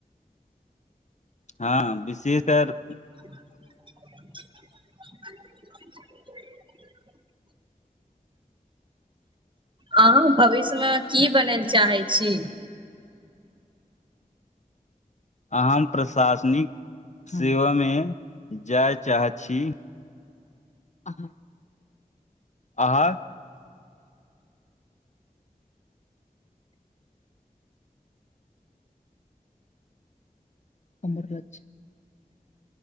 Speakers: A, on the left; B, on the right.
A: हँ विशेषकर
B: <inaudible> आहाँ भविष्यमे की बनेल चाहै छी?
A: आ हम। प्रशासनिक सेवामे जाय चाहैत छी। आहाँ। आहाँ हमर लक्ष्य